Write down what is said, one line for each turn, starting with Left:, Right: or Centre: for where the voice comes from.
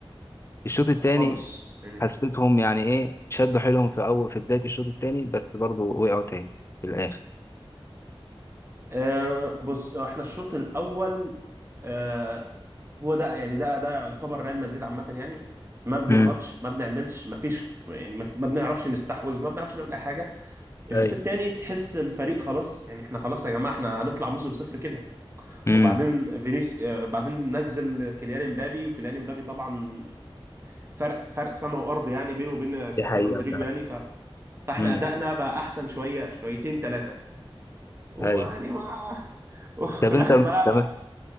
Left: الشوط الثاني
Right: خالص يعني
Left: حسيتهم يعني ايه شدوا حيلهم في اول في بدايه الشوط الثاني بس برضو وقعوا تاني في الاخر
Right: آه بص آه، احنا الشوط الأول آه هو ده يعني ده ده يعتبر ريال مدريد عامة يعني ما بنضغطش
Left: امم
Right: ما بنعملش ما فيش يعني ما ما بنعرفش نستحوذ ما بنعرفش نعمل اي حاجه الشوط
Left: ايوه
Right: الثاني تحس الفريق خلاص يعني احنا خلاص يا جماعه احنا هنطلع موسم صفر كده
Left: امم
Right: وبعدين فينيس آه، بعدين نزل كيليان امبابي وكيليان امبابي طبعا فرق فرق سما وارض يعني بينه وبين الكابتن
Left: دي حقيقة
Right: رودريجو
Left: فعلا
Right: يعني ف... فاحنا
Left: امم
Right: ادائنا بقى احسن شويه شويتين ثلاثه ويعني
Left: ايوه
Right: ما <laughs> وفي
Left: طب
Right: الاخر
Left: انت
Right: بلعنا
Left: طب